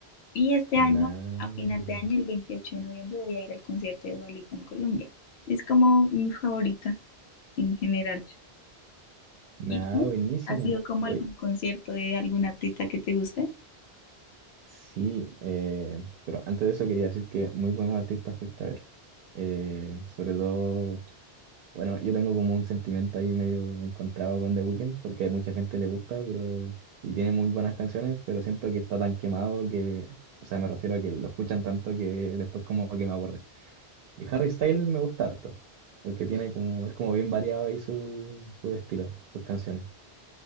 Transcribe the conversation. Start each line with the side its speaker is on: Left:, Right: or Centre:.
Left: Y este
Right: Nah,
Left: año, a final de año, el 28 de noviembre, voy a ir al concierto de Dua Lipa en Colombia. Es como mi favorita en general.
Right: nah,
Left: ¿Y tú?
Right: buenísimo.
Left: ¿Has sido como
Right: hoy
Left: a algún concierto de algún artista que te guste?
Right: Sí, eh, pero antes de eso quería decir que muy buenos artistas fuiste a ver. Eh, sobre todo, bueno, yo tengo como un sentimiento ahí medio encontrado con The Weeknd, porque a mucha gente le gusta, pero, y tiene muy buenas canciones, pero siento que está tan quemado que, o sea, me refiero a que lo escuchan tanto que después como que me aburre. Y Harry Styles me gusta harto, porque tiene como, es como bien variado ahí su, su estilo, sus canciones.